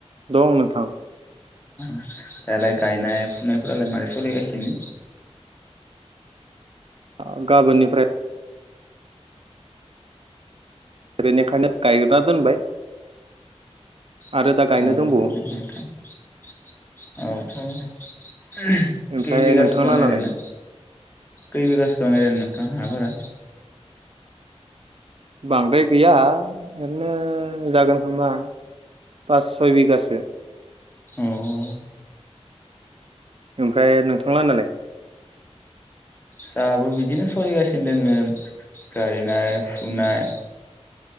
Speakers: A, on the right; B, on the left.
A: दं नोंथां।
B: <inaudible> दालाय गायनाय फुनायफोरालाय मारै सोलि गासिनो।
A: ओ गाबोननिफ्राय ओरैनिखायनो गायगा दोनबाय
B: औ
A: आरो दा गायनो दंबावो
B: औ नोंथां औ औ।
A: ओमफ्राय
B: खै बिगासो
A: नोंथां
B: दं
A: लानालाय
B: ओरैनो खै बिगासो? दङ एरै नोंथां हाफोरा
A: बांद्राय गैया ओरैनो जागोन खोमा पास सय बिगासो
B: औ औ
A: ओमफ्राय नोंथां नाहालानाय।
B: जाहाबो बिदिनो सोलिगासिनो दोङो गायनाय फुनाय।